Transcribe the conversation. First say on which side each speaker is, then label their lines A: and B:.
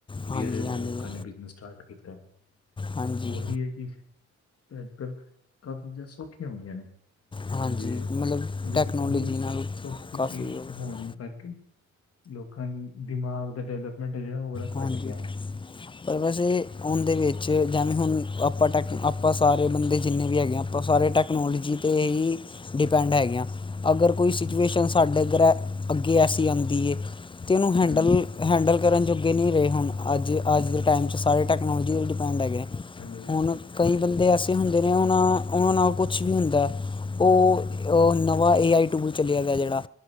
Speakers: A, on the left; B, on the left.
A: ਇੰਡੀਆ
B: ਹਾਂਜੀ
A: ਦੇ ਅੰਦਰ
B: ਹਾਂਜੀ
A: ਲੋਕਾਂ ਨੇਂ ਬਿਜਨਸ ਸਟਾਰਟ ਕੀਤਾ।
B: ਹਾਂਜੀ
A: ਉਹੀ ਐ ਕਿ ਅੱਜ-ਕੱਲ੍ਹ ਕਾਫੀ ਚੀਜ਼ਾਂ ਸੌਖੀਆਂ ਹੋਈਆਂ ਨੇਂ।
B: ਹਾਂਜੀ
A: ਜੇ
B: ਮਤਲਬ
A: ਲੇਕਿਨ
B: ਟੈਕਨੋਲੋਜੀ
A: ਉਹੀ
B: ਨਾਲ
A: <unintelligible> ਚੀਜ਼
B: ਕਾਫੀ ਉਹ-
A: ਹੋਣ ਕਰਕੇ ਲੋਕਾਂ ਦੀ ਦਿਮਾਗ ਦਾ ਡਿਵਲਪਮੈਂਟ ਐ ਜਿਹੜਾ ਉਹ ਬੜਾ
B: ਹਾਂਜੀ।
A: ਘੱਟ ਗਿਆ
B: ਪਰ ਵੈਸੇ ਆਉਣ ਦੇ ਵਿੱਚ ਜਿਵੇਂ ਹੁਣ ਆਪਾਂ ਟੈਕ, ਆਪਾਂ ਸਾਰੇ ਬੰਦੇ ਜਿੰਨੇ ਵੀ ਹੈਗੇ ਆਂ, ਆਪਾਂ ਸਾਰੇ ਟੈਕ ਟੈਕਨੋਲਜੀ ਤੇ ਹੀ ਡਿਪੈਂਡ ਹੈਗੇ ਆਂ। ਅਗਰ ਕੋਈ ਸਿਚੁਏਸ਼ਨ
A: ਹਾਂਜੀ
B: ਸਾਡੇ ਘਰ ਅੱਗੇ ਐਸੀ ਆਂਦੀ ਐ ਅਤੇ ਉਹਨੂੰ ਹੈਂਡਲ
A: ਹਾਂਜੀ
B: ਹੈਂਡਲ ਕਰਨ ਜੋ ਅੱਗੇ ਨਈਂ ਰਹੇ ਹੁਣ ਅੱਜ, ਅੱਜ ਦੇ ਟਾਈਮ ਚ ਸਾਰੇ ਟੈਕਨੋਲਜੀ ਦੇ ਡਿਪੈਂਡ ਹੈਗੇ।
A: ਹਾਂਜੀ ਹਾਂਜੀ
B: ਹੁਣ ਕਈ ਬੰਦੇ ਐਸੇ ਹੁੰਦੇ ਨੇਂ ਉਹਨਾਂ ਉਹਨਾਂ ਨਾਲ ਕੁਛ ਵੀ ਹੁੰਦਾ ਉਹ, ਉਹ ਨਵਾਂ ਏ ਆਈ ਟੂਲ ਚਲਿਆ ਦਾ ਜਿਹੜਾ